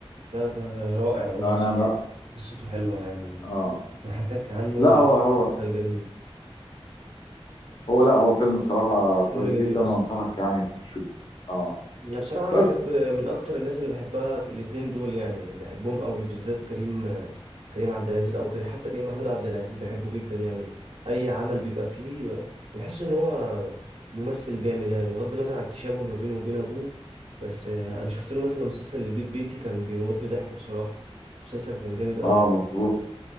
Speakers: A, on the right (about 75°); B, on the left (about 50°).
A: ده, ده رائع والله
B: انا
A: يا صديقي قصته حلوه يعني
B: اه
A: نحكاك عنه
B: لا هو
A: مسلسل
B: هو
A: جميل
B: هو لا هو فيلم بصراحة كويس
A: فيلم جميل
B: جدا
A: قصدي
B: وانصحك يعني تشوفه اه
A: يعني بصراحة أنا
B: بس
A: بحب من أكتر الناس اللي بحبها الاتنين دول يعني بحبهم قوي بالذات كريم كريم عبد العزيز أو كريم حتى كريم محمود عبد العزيز بحبه جدا يعني أي عمل بيبقى فيه بحس إن هو ممثل جامد يعني بغض النظر عن التشابه ما بينه وبين أبوه بس آه، أنا شفت له مثلا مسلسل البيت بيتي كان بيموتني ضحك بصراحة مسلسل كان جامد قوي
B: اه
A: يعني
B: مظبوط